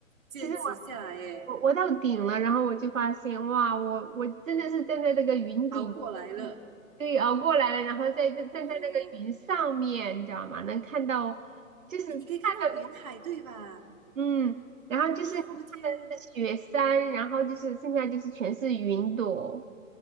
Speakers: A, on the right; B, on the right.
A: 坚持下来耶，
B: 其实。我我到顶了，然后我就发现，哇，我我真的是站在这个云顶，
A: 熬过来了。
B: 对，熬过来了，然后在站站在那个云上面，
A: 哦，
B: 你知道吗？能看到，就是看到都，
A: 你你可以看到云海对吧？
B: 嗯，然后就是看
A: 哇，我天！
B: 的是雪山，然后就是剩下就是全是云朵，